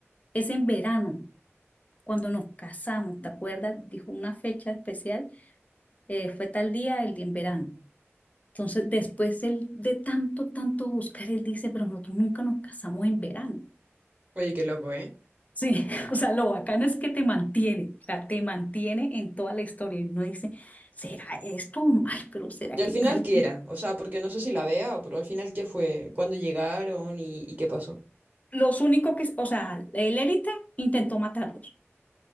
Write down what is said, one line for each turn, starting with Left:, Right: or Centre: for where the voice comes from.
Left: es en verano. Cuando nos casamos, ¿te acuerdas? Dijo una fecha especial, eh, fue tal día, el día en verano. Entonces, después él, de tanto, tanto buscar, él dice, pero nosotros nunca nos casamos en verano.
Right: Oye, qué loco, ¿eh?
Left: Sí, <laughs> o sea, lo bacano es que te mantiene, o sea, te mantiene en toda la historia. Y uno dice, ¿será esto? Ay, pero ¿será
Right: Y al
Left: qué
Right: final,
Left: tal?
Right: ¿qué era? O sea, porque no sé si la vea, pero al final, ¿qué fue? ¿Cuándo llegaron y, y qué pasó?
Left: Los únicos que, o sea, el élite intentó matarlos,